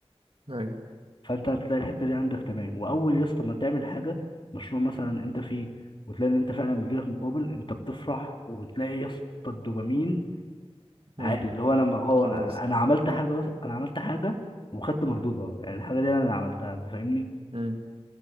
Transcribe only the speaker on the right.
ايوه
مم.
خلاص
مم.